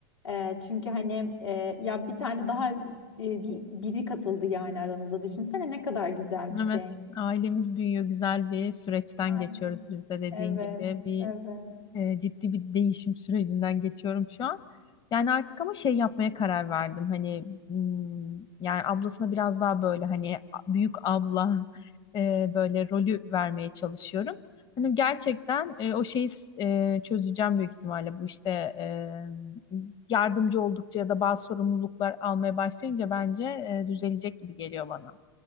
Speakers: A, on the left; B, on the left.
A: E, çünkü hani e, ya bir tane daha e, bir, biri katıldı yani aranıza. Düşünsene ne kadar güzel bir şey.
B: Evet. Ailemiz büyüyor. Güzel bir süreçten
A: Aynen.
B: geçiyoruz biz de dediğin
A: Evet,
B: gibi. Bir
A: evet.
B: E, ciddi bir değişim sürecinden geçiyorum şu an. Yani artık ama şey yapmaya karar verdim. Hani hmm, yani ablasına biraz daha böyle hani büyük abla e, böyle rolü vermeye çalışıyorum. Hani gerçekten e, o şeyi e, çözeceğim büyük ihtimalle bu işte e, yardımcı oldukça ya da bazı sorumluluklar almaya başlayınca bence e, düzelecek gibi geliyor bana.